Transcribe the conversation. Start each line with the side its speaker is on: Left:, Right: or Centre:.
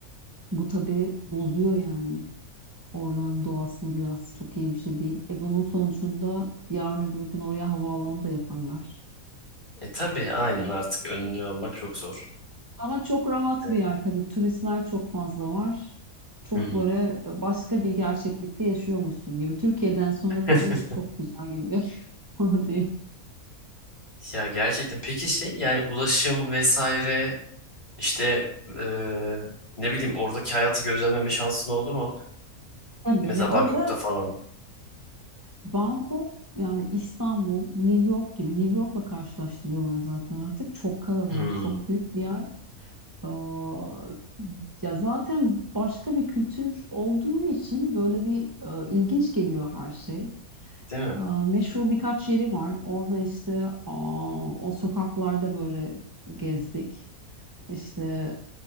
Right: Bu tabii bozuyor yani oranın doğasını biraz çok iyi bir şey değil. E bunun sonucunda yarın öbür gün oraya havaalanı da yaparlar.
Left: E tabii aynen artık önlü olmak çok zor.
Right: Ama çok rahat
Left: Evet.
Right: bir yer tabii. Turistler çok fazla var. Çok
Left: Hı hı.
Right: böyle e, başka bir gerçeklikte yaşıyormuşsun gibi. Türkiye'den sonra tabii
Left: <laughs>
Right: çok güzel geliyor. <laughs> Onu diyeyim.
Left: Ya gerçekten. Peki şey yani ulaşım vesaire İşte eee, ne bileyim oradaki hayatı gözlemleme şansın oldu mu?
Right: Tabii
Left: Mesela
Right: yani orada
Left: Bangkok'ta falan.
Right: Bangkok yani İstanbul, New York gibi New York'la karşılaştırıyorlar zaten artık. Çok kalabalık,
Left: Hmm,
Right: çok büyük bir yer. Aa, ya zaten başka bir kültür olduğu için böyle bir e, ilginç geliyor her şey.
Left: değil mi?
Right: Aa, Meşhur birkaç yeri var. Orada işte aa, o sokaklarda böyle gezdik. İşte